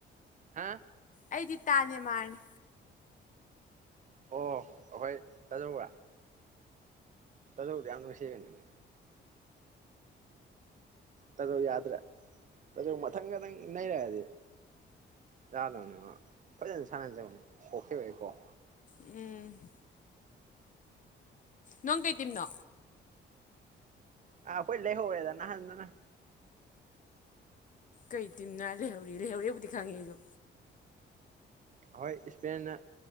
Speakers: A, on the right; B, on the left.
A: ꯍꯥ
B: ꯑꯩꯗꯤ ꯇꯥ ꯅꯦꯃꯥꯔꯅꯦ
A: ꯑꯣ ꯑꯈꯣꯏ ꯇꯥꯖꯧꯔꯥ ꯇꯖꯧꯗꯨ ꯌꯥꯝ ꯅꯨꯡꯁꯤꯕꯅꯤꯅꯦ ꯇꯥꯖꯧ ꯌꯥꯗ꯭ꯔꯦ ꯇꯥꯖꯧ ꯃꯊꯪꯒꯗꯪ ꯅꯩꯔꯛꯑꯗꯤ ꯌꯥꯗꯣꯅꯤ ꯃꯥ ꯐꯖꯟ ꯁꯥꯟꯅꯗꯧꯅꯤ ꯁꯣꯛꯈꯤꯕꯩꯀꯣ
B: ꯎꯝ ꯅꯡ ꯀꯩ ꯇꯤꯝꯅꯣ
A: ꯑꯥ ꯑꯈꯣꯢ ꯂꯩꯍꯧꯔꯗ ꯅꯍꯥꯟꯅꯅ
B: ꯀꯩ ꯇꯤꯝꯅꯣ ꯂꯩꯍꯧꯔꯦ ꯂꯩꯍꯧꯔꯦꯕꯨꯗꯤ ꯈꯪꯉꯦ ꯑꯩꯁꯨ
A: ꯑꯍꯣꯏ ꯏꯁꯄꯦꯟꯅ